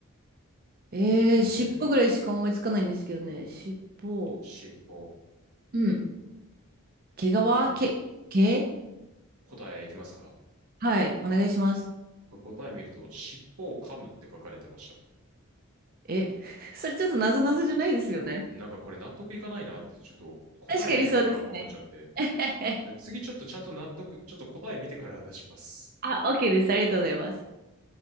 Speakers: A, on the right; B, on the right.
A: えー、
B: うん。
A: 尻尾ぐらいしか思いつかないんですけどね。尻尾。
B: 尻尾。
A: うん。毛皮毛、
B: これじゃあ
A: 毛
B: 答えいきますか。
A: はい。お願いします。
B: これ答え見ると、尻尾を噛むって書かれてました。
A: え、<laughs> それちょっとなぞなぞじゃないですよね。
B: なんかこれ納得いかないなってちょっと答え見てから思っちゃって。
A: 確かにそうですね。<laughs>
B: 次ちょっとちゃんと納得、ちょっと答え見てから出します。
A: あ、OK です。ありがとうございます。